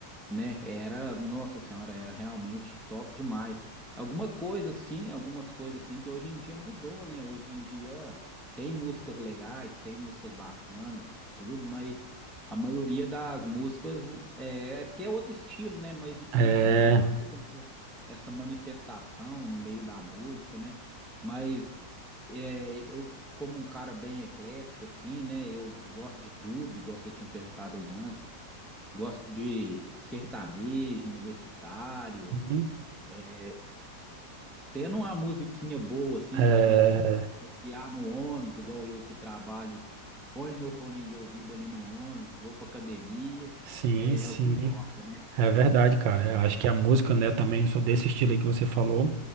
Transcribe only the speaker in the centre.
né? Era, nossa senhora, era realmente top demais. Alguma coisa assim, algumas coisas assim que hoje em dia mudou, né? Hoje em dia tem músicas legais, tem músicas bacanas, tudo, mas a maioria das músicas é, é porque é outro estilo, né? Mas a
gente não vê mais essa, essa manifestação no meio da música, né? Mas é, eu, como um cara bem eclético, assim, né? Eu gosto de tudo, igual você tinha perguntado aí antes. Gosto de sertanejo, universitário,
é, tendo uma musiquinha boa assim
pra gente passear no ônibus, igual eu que trabalho, põe meu fone de ouvido ali no ônibus, vou pra academia,
é,
é o que importa, né?